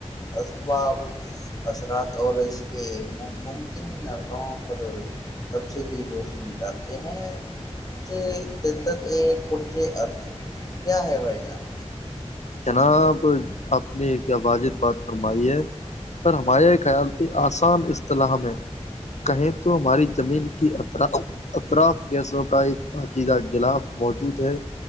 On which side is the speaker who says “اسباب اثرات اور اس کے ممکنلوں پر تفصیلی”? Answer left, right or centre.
Left